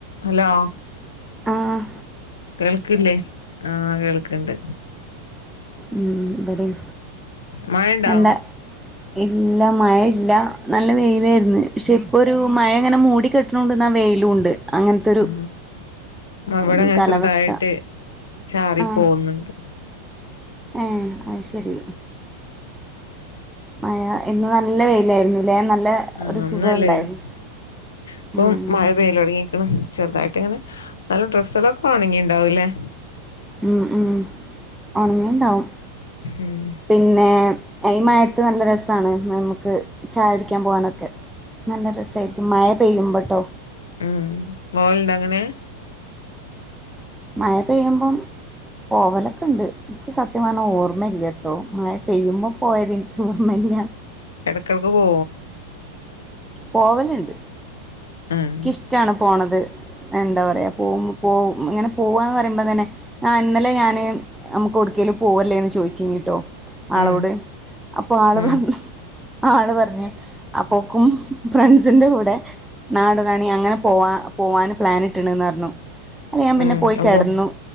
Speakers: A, on the left; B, in the centre.
A: Hello
B: ആഹ്
A: കേൾക്കില്ലേ ആഹ് കേൾക്ക്‌ണ്ട്
B: ഉം ഇബടിം
A: മഴണ്ടോ
B: എന്താ ഇല്ല മഴ ഇല്ല നല്ല വെയിലായിരുന്നു പക്ഷെ ഇപ്പോ ഒരു മഴ ഇങ്ങനെ മൂടി കെട്ട്ണോണ്ട്ന്നാ വെയിലുണ്ട് അങ്ങനത്തൊരു
A: ആഹ് ഇവിടെങ്ങനെ
B: ഒരു കാലാവസ്ഥ
A: ചെറുതായിട്ട് ചാറി
B: ആഹ്‌
A: പോകുന്നുണ്ട്
B: ഏഹ് അത് ശരി മഴ ഇന്ന് നല്ല വെയിലായിരുന്നുല്ലേ നല്ല
A: ആഹ്
B: ഒരു
A: ഇന്ന്
B: സുഖം
A: നല്ല
B: ഉണ്ടായിരുന്നു
A: വെയില് ഇപ്പം
B: ഉം
A: മഴ പെയ്ൽ തുടങ്ങിക്ക്‌ണ്. ചെറുതായിട്ട് ഇങ്ങനെ ന്നാലും ഡ്രസ്സേ ളൊക്കെ ഒണങ്ങി ഉണ്ടാവൂലേ
B: ഉം ഉം ഒണങ്ങിണ്ടാവും
A: ആം
B: പിന്നെ ഈ മഴത്ത് നല്ല രസമാണ് നമുക്ക് ചായ കുടിക്കാൻ പോകാനൊക്കെ നല്ല രസമായിരിക്കും മഴ പെയ്യുമ്പോട്ടോ
A: ഉ വോലുണ്ടൊ അങ്ങനെ
B: മഴ പെയ്യുമ്പം പോവലൊക്കെ ഉണ്ട് എനിക്ക് സത്യം പറഞ്ഞാ ഓർമ്മയില്ലട്ടോ മായ പെയ്യുമ്പോൾ പോയത് എനിക്ക് ഓർമ്മയില്ല
A: എടക്കിടക്ക് പോവോ
B: പോവലുണ്ട്
A: ആഹ്
B: ഇഷ്ടമാണ് പോണത് എന്താ പറയുക പോകുമ്പ പോ ഇങ്ങനെ പോവാന്ന് പറയുമ്പോൾ തന്നെ ആഹ് ഇന്നലെ ഞാന് നമുക്കൊടുക്കേലും പോവല്ലേന്ന് ചോയിച്ചീനിട്ടോ. ആളോട്
A: ഉം
B: അപ്പൊ ആള്
A: ഉം
B: പറഞ്ഞ് ആള് പറഞ്ഞ് അപ്പോക്കും ഫ്രൻസിന്റെ കൂടെ നാടുകാണി അങ്ങനെ പോവാ പോവാന് പ്ലാനിട്ട്ണ്ന്നറഞ്ഞു. അയ്‌ല് ഞാൻ പിന്നെ
A: ഉം
B: പോയി
A: അപ്പൊ
B: കെടന്നു.